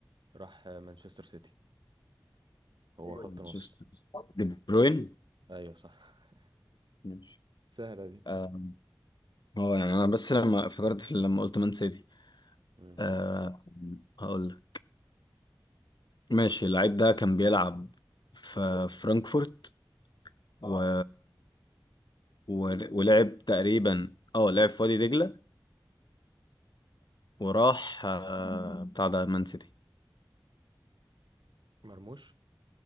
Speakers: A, on the right; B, on the left.
A: راح آه، مانشستر سيتي هو خط
B: مانشستر
A: نص
B: دي بروين
A: ايوه صح <laughs>
B: ماشي
A: سهلة دي
B: آه هو يعني انا بس لما افتكرت في- لما قلت مان سيتي
A: مم.
B: آه هقول لك ماشي اللعيب ده كان بيلعب في فرانكفورت و... و... ولعب تقريبا اه لعب في وادي دجلة وراح آه بتاع ده مان سيتي
A: مرموش